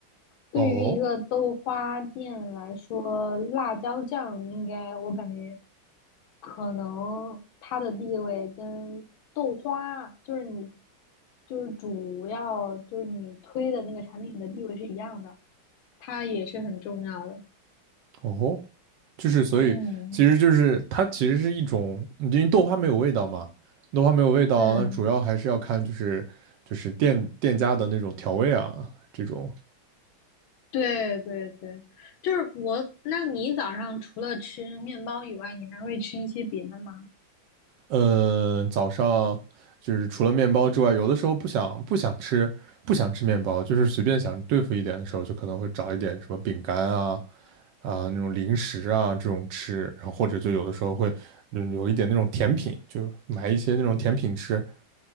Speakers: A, on the left; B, on the right.
A: 对于一个豆花店来说，
B: 哦
A: 辣椒酱应该我感觉可能它的地位跟豆花，就是你就是主要就是你推的那个产品的地位是一样的，它也是很重要的。
B: 哦，就是所以，
A: 嗯
B: 其实就是它其实是一种，因为豆花没有味道嘛，豆花没有味道，
A: 嗯。
B: 那主要还是要看就是就是店店家的那种调味啊，这种，
A: 对对对，就是我。那你早上除了吃面包以外，你还会吃一些别的吗？
B: 嗯，早上就是除了面包之外，有的时候不想不想吃不想吃面包，就是随便想对付一点的时候，就可能会找一点什么饼干啊啊那种零食啊这种吃，然后或者就有的时候会嗯有一点那种甜品，就买一些那种甜品吃。